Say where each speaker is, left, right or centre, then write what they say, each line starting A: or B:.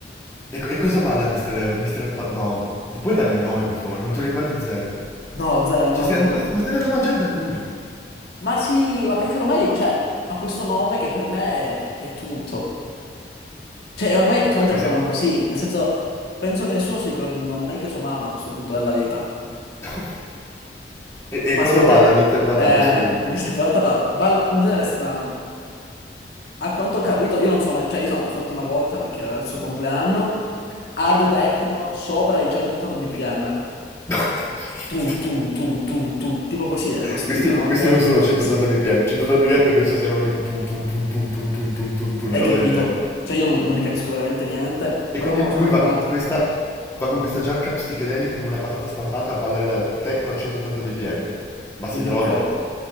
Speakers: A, on the left; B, on the left.
A: E, co- e cosa balla Mister... Mister... Pat- No, ti puoi dargli un nome per favore? Non te lo ricordi zero.
B: No, zero, non
A: Cioè,
B: me lo
A: stai
B: ricordo.
A: andando- ma stai andando a mangiare da lui.
B: Ma sì, ma perché ormai, cioè, ha questo nome che per me è, è tutto. Cioè, ormai effettivamente
A: Beh, mi
B: la
A: sem-
B: chiamano così, nel senso, penso che nessuno si ricordi il nome, neanche sua mamma a questo punto della vita.
A: <laughs> E, e
B: Ma
A: cosa
B: secondo
A: balla
B: te,
A: Mister Patata,
B: eh,
A: scusami?
B: mi stai parlando, balla un genere strano. A quanto ho capito, io non sono mai, cioè io sono andato solamente una volta perché era il suo compleanno, hard techno sopra i 180 bpm.
A: <laughs>
B: Tu, tu, tu, tu, tu, tipo così è lo stile,
A: Questi,
B: no?
A: questi
B: È
A: non
B: fortissimo.
A: sono 180 bpm, 180 bpm penso siano tipo tum tum tum tum tum tum tum tum tum, una
B: Hai
A: roba
B: capito?
A: del genere.
B: Cioè io non non ne capisco veramente niente,
A: E
B: però
A: quindi
B: quando
A: lui
B: sono andato...
A: va con questa, va con questa giacca psichedelica con una patata stampata a ballare la techno a 180 bpm. Ma
B: Puoi
A: si droga?
B: dirlo forte.